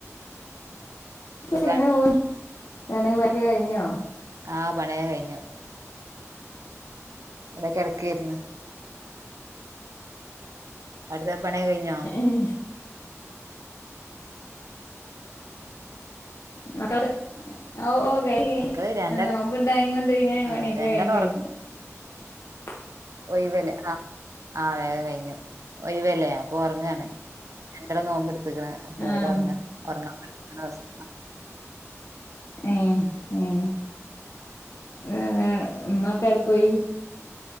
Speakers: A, on the left; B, on the right.
A: <unintelligible>
B: സുഖാണ്
A: എങ്ങനെ പോണ്? പണിയൊക്കെ കഴിഞ്ഞോ?
B: ആഹ് പണിയൊക്കെ കഴിഞ്ഞു. ഇവിടെ കെടക്കേയിര്ന്ന്. അവിടുത്തെ പണിയൊക്കെ കഴിഞ്ഞോ?
A: ഉം മക്കള് ഓഹ് ഓഹ് കഴി കഴിഞ്.
B: മക്കള് രണ്ടാള്
A: നോമ്പ്ണ്ടായിങ്ങൊണ്ട് പിന്നെ
B: ആ
A: പണിയൊക്കെ
B: രണ്ടാള്
A: വേഗം കഴിഞ്ഞു. <unintelligible>
B: ഒയിവല്ലേ. അ ആഹ് വേഗം കയിഞ്ഞു. ഒയിവല്ലേ അപ്പൊ ഒറങ്ങാണ് രണ്ടാളും നോമ്പ്ടുത്ത്ക്ക്ണ്. അപ്പൊ
A: ആഹ്
B: ഓര് ഒറങ്ങ ഒറങ്ങാ <unintelligible> രസം
A: ഏഹ് ഏഹ് ഉം ഉം ഉമ്മക്കെ എവടെ പോയി?